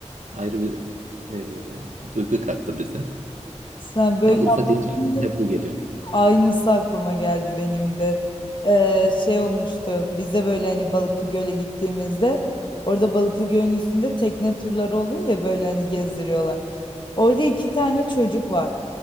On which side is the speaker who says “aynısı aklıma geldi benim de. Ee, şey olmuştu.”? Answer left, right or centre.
Left